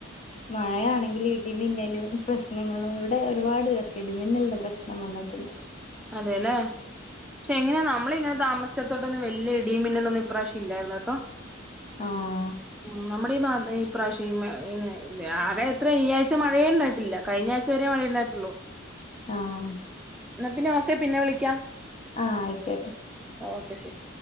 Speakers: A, on the left; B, in the centre.
A: മഴയാണെങ്കില് ഇ ടിമിന്നലും, പ്രശ്നങ്ങളും, ഇവിടെ ഒരുപാട് പേർക്ക് ഇടിമിന്നൽന്റെ പ്രശ്നം വന്നിട്ടുണ്ട്.
B: അതെ ല്ലെ. പക്ഷെ എങ്ങനെ നമ്മളിങ്ങനെ താമസിച്ചേട്ത്തോട്ടൊന്നും വെല്ല്യെ ഇടിയും മിന്നലെന്നും ഇപ്രാവിശൃം ഇല്ലാര്ന്ന് കെട്ടോ.
A: ആഹ്.
B: ഉം നമ്മടെ ഈ ഭാ ഇപ്രാവശ്യം ഈ മെ ഇങ്നെ ആകെ എത്ര ഈ ആഴ്ച മഴയേ ഇണ്ടായിട്ടില്ല കഴിഞ്ഞ ആഴ്ച വരെ മഴ ഇണ്ടായിട്ടെള്ളൂ.
A: ആഹ്.
B: പിന്നെ ഓക്കെ പിന്നെ വിളിക്കാം.
A: ആഹ് അയിക്ക്യോട്ടെ
B: ഓക്കെ ശെരി.